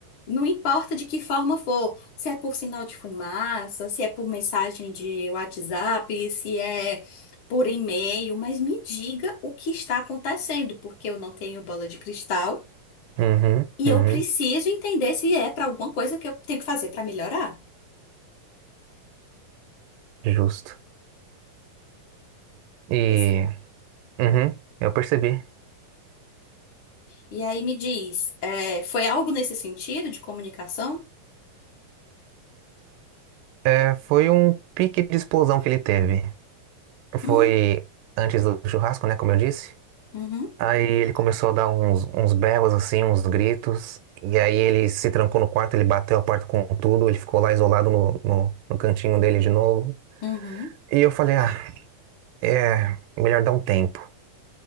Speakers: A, on the left; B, on the right.
A: Não importa de que forma for, se é por sinal de fumaça, se é por mensagem de WhatsApp, se é por e-mail, mas me diga o que está acontecendo, porque eu não tenho bola de cristal
B: Uhum,
A: e
B: uhum,
A: eu preciso entender se é para alguma coisa que eu tenho que fazer para melhorar.
B: justo. E,
A: Pois é.
B: uhum, eu percebi.
A: E aí me diz, é, foi algo nesse sentido de comunicação?
B: É, foi um pique de explosão que ele teve. Foi
A: Hum,
B: antes do churrasco, né, como eu disse.
A: uhum,
B: Aí ele começou a dar uns, uns berros, assim, uns gritos. E aí ele se trancou no quarto, ele bateu a porta com tudo. Ele ficou lá isolado no, no, no cantinho dele de novo.
A: uhum,
B: E eu falei, ah, é melhor dar um tempo.